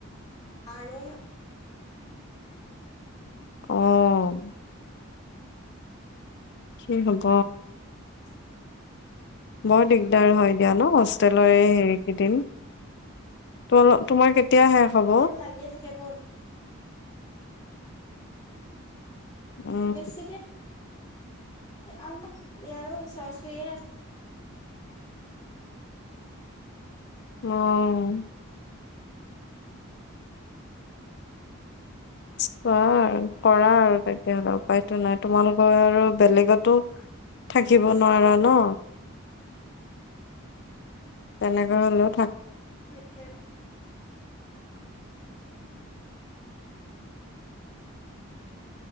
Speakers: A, on the left; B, on the left.
A: আৰু
B: উম কি হ'ব
A: উ
B: বৰ দিগদাৰ হয় এতিিয়য়া ন হোষ্টেলৰে হেৰি দিম ত তোমাৰ কেতিয়া শেষ হব
A: লাগিয়ে থাগে বত <inaudible>
B: উম
A: বেছি যে আৰু ইয়াৰ ওচৰা চৰিে আছে
B: উম চোৱা আৰু কৰা আৰু তেতিয়াহলে উপায়তো নাই তোমালোকৰ আৰু বেলেগতো থাকিব নোৱাৰা ন তেনেককাা হলত
A: আচাকা <unintelligible>